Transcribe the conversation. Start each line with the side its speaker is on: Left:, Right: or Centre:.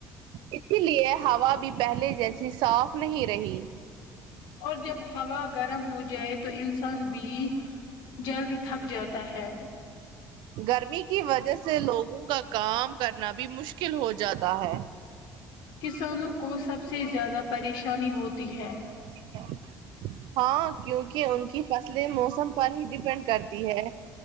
Right: اسی لیے ہوا بھی پہلے جیسی صاف نہیں رہی
Left: اور جب ہوا گرم ہو جائے تو انسان بھی جلدی تھک جاتا ہے
Right: گرمی کی وجہ سے لوگوں کا کام کرنا بھی مشکل ہو جاتا ہے
Left: کسانوں کو سب سے زیادہ پریشانی ہوتی ہے
Right: ایک ہاں کیونکی ان کی فصلیے موسم پر ہی ڈپینڈ کرتی ہے